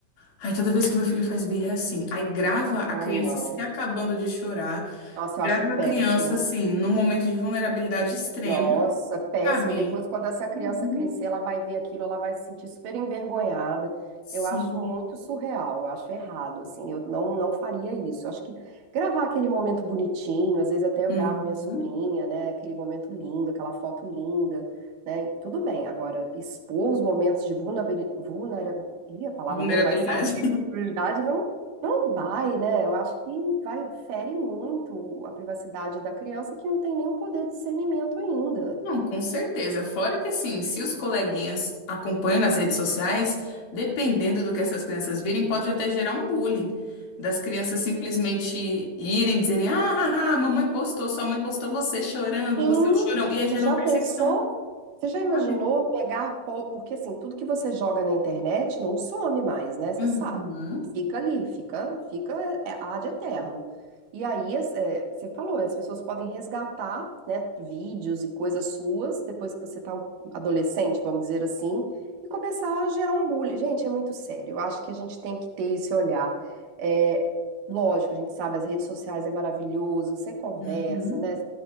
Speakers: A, on the left (about 80°); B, on the right (about 80°).
A: ai, toda vez que meu filho faz birra é assim. Aí grava a
B: Ai,
A: criança
B: não.
A: se acabando de chorar,
B: Nossa, eu
A: grava
B: acho péssimo.
A: a criança, assim, num momento de vulnerabilidade extrema,
B: Nossa, péssimo.
A: sabe?
B: E depois, quando essa criança
A: Uhum,
B: crescer, ela vai ver aquilo, ela vai se sentir super envergonhada.
A: Sim.
B: Eu acho muito surreal, eu acho errado, assim, eu não, não faria isso. Eu acho que gravar aquele momento bonitinho, às vezes até eu
A: Uhum.
B: gravo minha sobrinha, né? Aquele momento lindo, aquela foto linda, né? Tudo bem. Agora, expor os momentos de vulnerabilidade, vulnerabilidade, Ih, a palavra
A: Vulnerabilidade.
B: não vai verdade não, não vai, né? Eu acho que vai, fere muito a privacidade da criança que não tem nem o poder de discernimento ainda.
A: Não, com certeza. Fora que, assim, se os coleguinhas acompanham nas redes sociais, dependendo do que essas crianças virem, pode até gerar um bullying. Das crianças simplesmente irem, dizerem: Ah, ah, ah, mamãe postou, sua mãe postou você chorando,
B: Sim,
A: você é um chorão. E aí gera
B: você já
A: uma perseguição,
B: pensou? Você já imaginou
A: sabe?
B: pegar, po- porque assim, tudo que você joga na internet não some mais, né? Você
A: Uhum,
B: sabe. Fica ali, fica, fica é, é ad eterno. E aí, as- é, você falou, as pessoas podem resgatar, né, vídeos e coisas suas, depois que você tá um adolescente, vamos dizer assim, e começar a gerar um bullying. Gente, é muito sério. Eu acho que a gente tem que ter esse olhar. É, lógico, a gente sabe, as redes sociais é maravilhoso, você conversa,
A: uhum,
B: né?